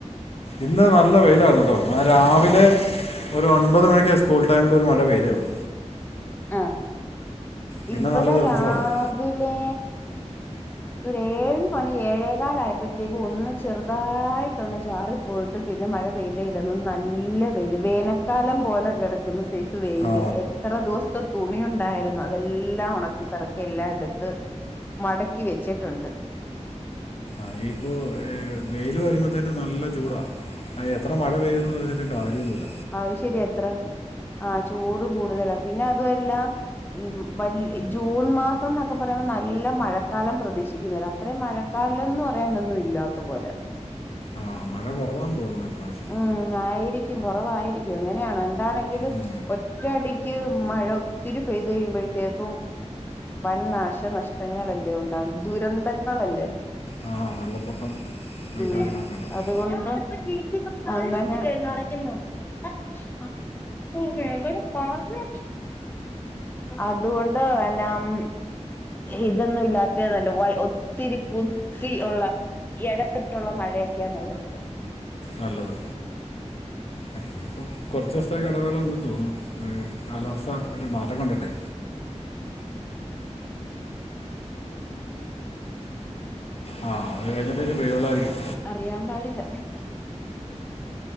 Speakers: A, on the left (about 55°); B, on the left (about 15°).
A: ഇന്ന് നല്ല വെയിലായിര്ന്നുട്ടോ മയ രാവിലെ ഒരു ഒൻപത് മണിക്ക് സ്കൂൾ ടൈമിൽ ഒരു മഴ പെയ്തേ ഒള്ളു
B: ആഹ്
A: പിന്നെ
B: ഇവിടെ
A: നല്ല തെളിച്ച്
B: രാവിലെ
A: വളർന്നു
B: ഒര് ഏഴ് മണി ഏഴേകാലയപ്പ ഴ്ത്തേക്ക് ഒന്ന് ചെറുതായിട്ടൊന്ന് ചാറി പോയിട്ട് പിന്നെ മഴ പെയ്തേയില്ലന്ന് നല്ല വെയില്‌ വേനക്കാലം പോലെ കെട ക്ക്ന്ന സൈസ് വെയില്
A: ആ
B: എത്ര ദിവസ ത്തെ തുണി ഒണ്ടായിര്ന്ന് അതെല്ലാം ഒണക്കിപ്പറ്ക്കി എല്ലാം എടുത്ത് മട ക്കി വെച്ചിട്ടെണ്ട്
A: ആയിപ്പോ ഏഹ് വെയില് വരുമ്പത്തേനും നല്ല ചൂടാ എത്ര മഴ പെയ്തെന്ന് പറഞ്ഞ് ട്ട് കാര്യന്നുല്ല
B: അഹ് ശെരി എത്ര ആഹ് ചൂട് കൂടുതലാ പിന്നെ അതു അല്ല ഈ വല് ജൂൺ മാസന്നൊക്കെ പറയുമ്പോ നല്ല മഴക്കാലം പ്രതീക്ഷിക്കുന്നല്ലെഅത്രയും മഴ കാലന്ന് പറയാനൊന്നും ഇല്ലാത്ത പോലെ
A: ആഹ് മഴ കൊറവാന്ന് തോന്നുന്നു ഇപ്രാവശ്യം
B: ഉം ആയിരിക്കും കൊറവായിരിക്കും എങ്ങനെയാണോ എന്താണെങ്കിലും
A: ഉം.
B: ഒറ്റ അടിക്ക് മഴ ഒത്തിരി പെയ്ത് കഴിയുമ്പഴ്ത്തേക്കും വൻ നാശനഷ്ടങ്ങള അല്ലെണ്ടാകുന്നുദു--ൻ ബന്ധങ്ങളല്ലേ
A: ആ വെള്ളപ്പൊക്കം ഏ,
B: ഉം
A: കാര്യങ്ങളൊക്കെ ഉണ്ടാവും
B: അതുകൊണ്ട് <unintelligible> അങ്ങനെ <unintelligible> യവല് പാസ് <unintelligible> അതുകൊണ്ട് എന്നം ഇതൊന്നും ഇല്ലാത്തെയ തല്ലോ ഒത്തിരി കുത്തി ഒള്ള എട വിട്ടൊള്ള മഴക്കയാ നല്ലെ
A: നല്ലത് അയിനി പ്പം കൊറചോ സത്തേക്ക് എടവേള ണ്ടെന്ന് തോന്നുണു ഏ കാലാവസ്ഥ ഒരു മാറ്റം കണ്ട്ണ്ടേ ആ അത് കഴിഞ്ഞിട്ടെ ഇനി പെയ്യോള്ളായിരിക്കും
B: അറിയാപാടില്ല